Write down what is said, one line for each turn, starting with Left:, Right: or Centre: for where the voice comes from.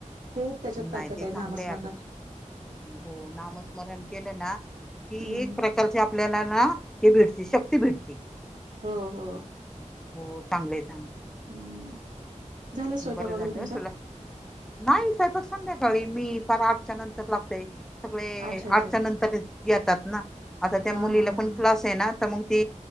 Right: खूप त्याच्यात
Centre: नाही
Right: ताकद
Centre: ते
Right: आहे नामस्मरणात
Centre: चांगले अग हो नामस्मरण केलं ना कि
Right: हम्म
Centre: एक प्रकारची आपल्याला ना हे भेटती शक्ती भेटती.
Right: हो हो.
Centre: हो चांगलेच.
Right: हम्म झाला स्वयंपाक
Centre: बर
Right: वगैरे
Centre: झाल
Right: तुमचा
Centre: तुला नाही स्वयंपाक संध्या ळी मी फार आठच्या नंतर लागतेय. सगळे
Right: अच्छा
Centre: आठच्या
Right: अच्छा
Centre: नंतर येतात ना आता त्या
Right: हा
Centre: मुलीला
Right: हा हा
Centre: पण क्लास आहे ना तर मग ती